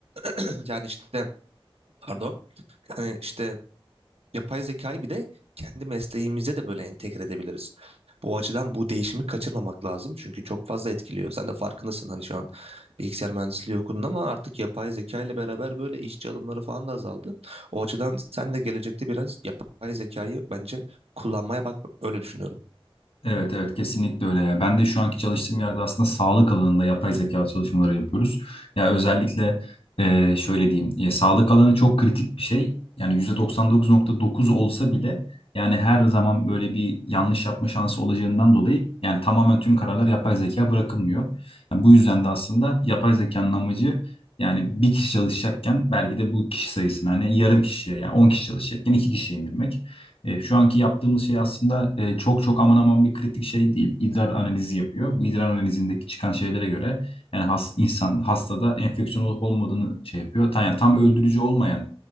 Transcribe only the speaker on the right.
<clears throat> Yani işte pardon yani işte Yapay zekayı bir de kendi mesleğimize de böyle entegre edebiliriz. Bu açıdan bu değişimi kaçırmamak lazım. Çünkü çok fazla etkiliyor. Sen de farkındasın hani şu an bilgisayar mühendisliği okudun ama artık yapay zeka ile beraber böyle işçi alımları falan da azaldı. O açıdan sen de gelecekte biraz yapay zekayı bence kullanmaya bak öyle düşünüyorum.